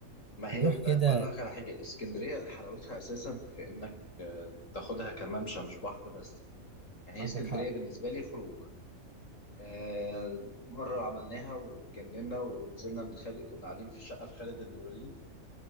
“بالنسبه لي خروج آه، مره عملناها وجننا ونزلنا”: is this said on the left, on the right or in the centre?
Left